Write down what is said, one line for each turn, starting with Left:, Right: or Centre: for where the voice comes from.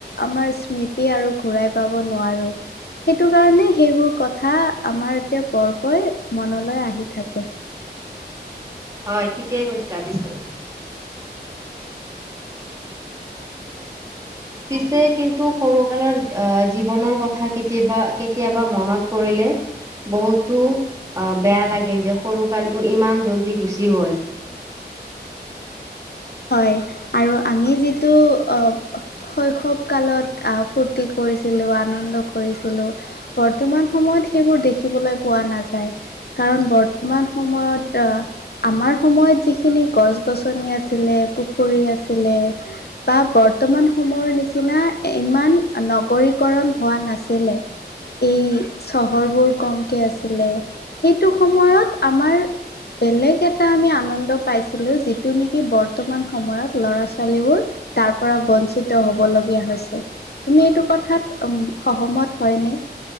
Left: আমাৰ স্মৃতি। আৰু ঘূৰাই পাব নোৱাৰো, সেইটো কাৰণে সেইবোৰ কথা আমাৰ এতিয়া বৰকৈ মনলৈ আহি থাকে।
Right: হয় ঠিকেই কৈছ পিছে। পিছে কিন্তু সৰুকালৰ আহ জীৱনৰ কথা কেতি কেতিয়াবা কেতিয়াবা মনত কৰিলে, বহুতো অ বেয়া লাগে যে সৰুকালটো ইমান জল্দি গুচি গ'ল।
Left: হয় আৰু আমি যিটো আহ, শৈশৱ কালত আহ ফূৰ্তি কৰিছিলো, আনন্দ কৰিছিলো বৰ্তমান সময়ত সেইবোৰ দেখিবলৈ পোৱা নাযায় কাৰণ বৰ্তমান সময়ত আহ আমাৰ সময়ত যিখিনি গছ গছনি আছ ছিলে, পুখুৰী আছিলে বা বৰ্তমান সময়ৰ নিচিনা ইমান নগৰীকৰণ হোৱা নাছিলে, এই চহৰবোৰ কমকে আছিলে, সেইটো সময়ত আমাৰ বেলেগ এটা আমি আনন্দ পাইছিলো যিটো কি বৰ্তমান সময়ত ল'ৰা -ছোৱালীবোৰ তাৰ পৰা বঞ্চিত হ'ব লগীয়া হৈছে। তুমি এইটো কথাত উম সহ